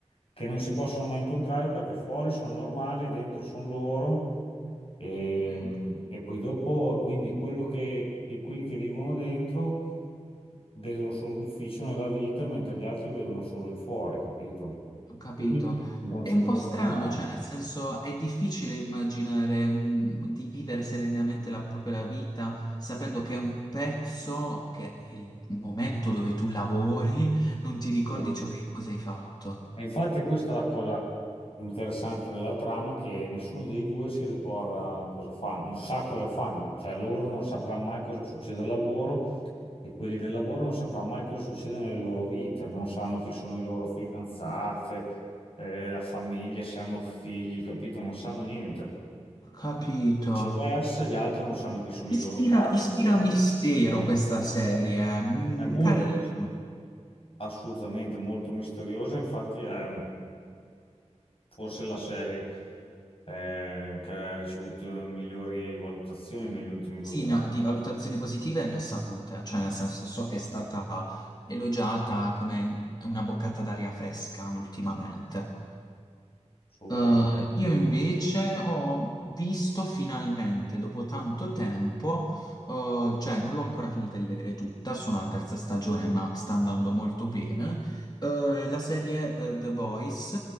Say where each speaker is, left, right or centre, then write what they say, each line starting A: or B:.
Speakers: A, on the left; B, on the left.
A: che non si possono mai incontrare perché fuori sono normali e dentro sono loro e,
B: mm,
A: e poi dopo, quindi quello che, che- quelli che vivono dentro vedono solo l'ufficio nella vita, mentre gli altri vedono solo il fuori, capito?
B: ho capito.
A: Quindi non
B: È
A: si
B: un
A: incontrano
B: po' strano,
A: mai.
B: cioè, nel senso, è difficile immaginare mm, di vivere serenamente la propria vita sapendo che è un pezzo, che è il momento dove tu lavori, non ti ricordi
A: Sì.
B: ciò che cosa hai fatto.
A: E infatti questa è la cosa interessante della trama che nessuno dei due si ricorda cosa fanno, non sa cosa fanno, cioè loro non sapranno mai cosa succede al lavoro e quelli del lavoro non sapranno mai cosa succede nelle loro vite, non sanno chi sono i loro fidanzate, eh, la famiglia, se hanno figli, capito? Non sanno niente.
B: Ho capito.
A: Viceversa, gli altri non sanno chi sono
B: Ispira,
A: i loro capi,
B: ispira
A: i loro me-
B: mistero questa serie, mm,
A: È molto,
B: carina.
A: mis- assolutamente molto misteriosa, infatti è. Forse la serie eh, che ha ricevuto migliori valutazioni negli ultimi due
B: Sì,
A: o tre
B: ne
A: anni.
B: ho- di valutazioni positive le ho sapute, cioè nel senso so che è stata elogiata come una boccata d'aria fresca ultimamente.
A: Sì, assolutamente.
B: Eh, io invece ho visto finalmente, dopo tanto tempo, eh, cioè non l'ho ancora finita di vedere tutta, sono alla terza stagione, ma sta andando molto bene, eh, la serie, eh, The Boys,